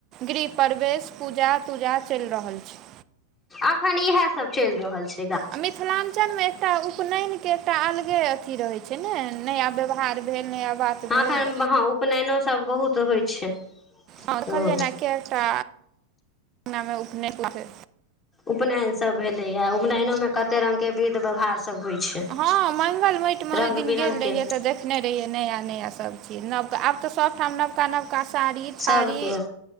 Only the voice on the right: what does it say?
गृहपवेश, पूजा- तूजा चैल रहल छै।
आ मिथलाञ्चल में एकटा उ उपनेन के एकटा अलगे अथी रहै छै ने, नया ब्यवहार भेल नया बात
भेल
अँ-कलियने
एकेटा नामे उपनेन ला छै।
हँ मंगलमैट मे
ओहि दिन
गेल रहियै तऽदेख देखने रहियै नया नया सब चीज नवका आब तऽ सबठाम नबकानव कसारी
थारी